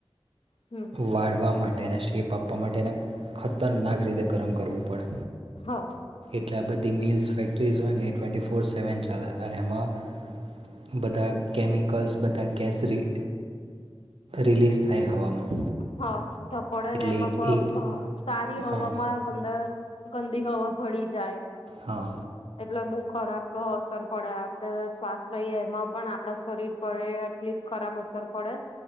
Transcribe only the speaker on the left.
હમ
હા
હા. છૂટા પડે
ને એમાં ભ
અહ સારી હવામાં
ગંદ ગંદી હવા ભળી જાય
એટલે બૂ ખરાબ અસર પડે આપડે શ્વાસ લઈએ એમાં પણ આપડા શરીર પર એટલી ખરાબ અસર પડે